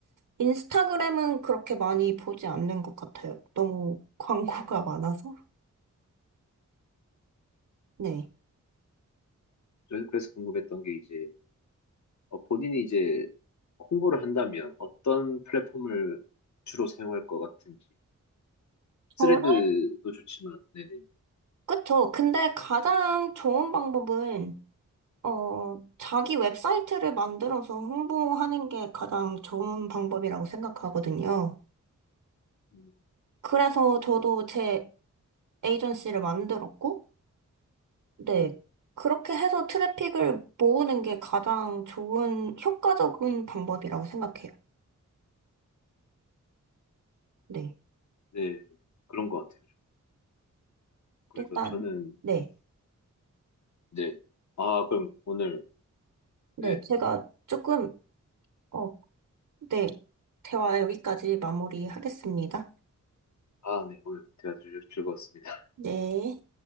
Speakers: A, on the right; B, on the left.
A: 인스타그램은 그렇게 많이 보지 않는 것 같아요. 너무 <laughs> 광고가 많아서. 네.
B: 저는 그래서 궁금했던 게 이제 어, 본인이 이제 홍보를 한다면 어떤 플랫폼을 주로 사용할 것 같은지 스레드도
A: 정말?
B: 좋지만 네네
A: 그쵸. 근데 가장 좋은 방법은, 어, 자기 웹사이트를 만들어서 홍보하는 게 가장 좋은 방법이라고 생각하거든요.
B: 음,
A: 그래서 저도 제 에이전시를 만들었고, 네.
B: 네,
A: 그렇게 해서 트래픽을 모으는 게 가장 좋은, 효과적인 방법이라고 생각해요. 네.
B: 네 그런 것 같아요. 그래서
A: 일단,
B: 저는
A: 네.
B: 네 아 그럼 오늘
A: 네.
B: 네
A: 제가 조금, 어, 네. 대화 여기까지 마무리하겠습니다.
B: 아 네 오늘 대화 즐- 즐거웠습니다.
A: 네.